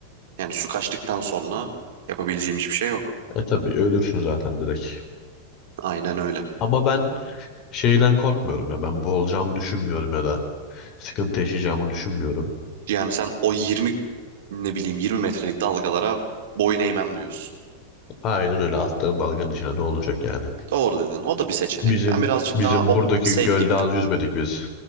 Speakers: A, on the right; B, on the left.
A: yani su kaçtıktan sonra yapabileceğim hiçbir şey yok.
B: E tabii ölürsün zaten direkt.
A: Aynen öyle.
B: Ama ben şeyden korkmuyorum ya ben boğulacağımı düşünmüyorum ya da sıkıntı yaşayacağımı düşünmüyorum.
A: Yani sen o 20 ne bileyim 20 metrelik dalgalara boyun eğmem diyorsun.
B: Aynen öyle atların dalganın içine ne olacak yani.
A: Doğru dedin. O da bir seçenek.
B: Bizim
A: Ben birazcık
B: bizim
A: daha o
B: buradaki
A: safe
B: gölde
A: gittim.
B: az yüzmedik
A: <laughs>
B: biz.